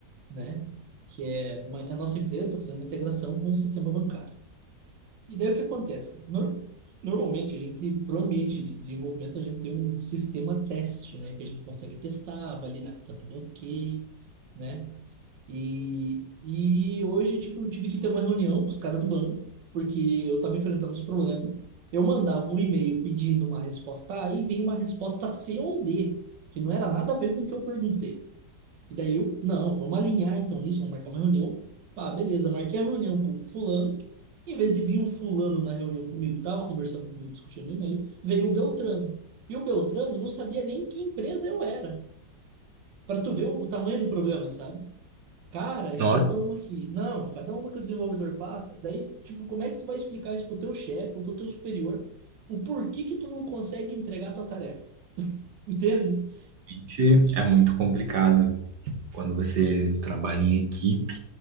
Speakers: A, on the right; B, on the right.
A: né? Que é uma, a nossa empresa está fazendo uma integração com o sistema bancário. E daí o que acontece, cara? Nor- Normalmente a gente, para o ambiente de desenvolvimento, a gente tem um sistema teste, né? Que a gente consegue testar, validar que está tudo ok, né? E, e hoje, tipo, eu tive que ter uma reunião com os caras do banco, porque eu estava enfrentando os problemas. Eu mandava um e-mail pedindo uma resposta A e vinha uma resposta C ou D, que não era nada a ver com o que eu perguntei. E daí eu, não, vamos alinhar então isso, vamos marcar uma reunião. Ah, beleza, marquei a reunião com fulano. Em vez de vir um fulano na reunião comigo, tava conversando comigo, discutindo e-mail, veio o Beltrano. E o Beltrano não sabia nem que empresa eu era. Para tu ver o, o tamanho do problema, sabe? Cara, é
B: Nossa,
A: cada uma que. Não, é cada uma que o desenvolvedor passa. Daí, tipo, como é que tu vai explicar isso pro teu chefe ou pro teu superior? O porquê que tu não consegue entregar a tua tarefa? Entende?
B: gente, é muito complicado. quando você trabalha em equipe